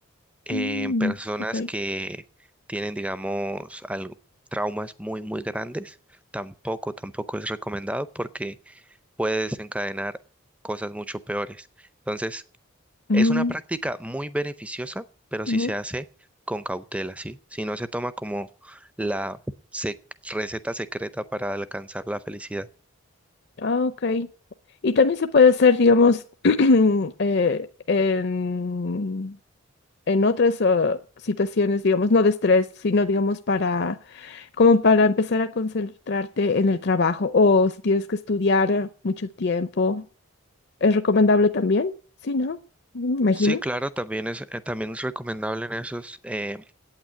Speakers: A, in the centre; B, on the left.
A: Eh,
B: Mm,
A: en personas
B: ok.
A: que tienen, digamos, algo- traumas muy, muy grandes, tampoco, tampoco es recomendado porque puede desencadenar cosas mucho peores. Entonces,
B: Mm,
A: es una práctica muy beneficiosa, pero
B: ujú,
A: si se hace con cautela, ¿sí? Si no se toma como la sec- receta secreta para alcanzar la felicidad.
B: ah, ok. Y también se puede hacer, digamos, <clears throat> eh, en, en otras eh, situaciones, digamos, no de estrés, sino, digamos, para, como para empezar a concentrarte en el trabajo o si tienes que estudiar mucho tiempo. ¿Es recomendable también? Sí, ¿no? Me Imagino.
A: Sí, claro, también es, eh, también es recomendable en esos eh,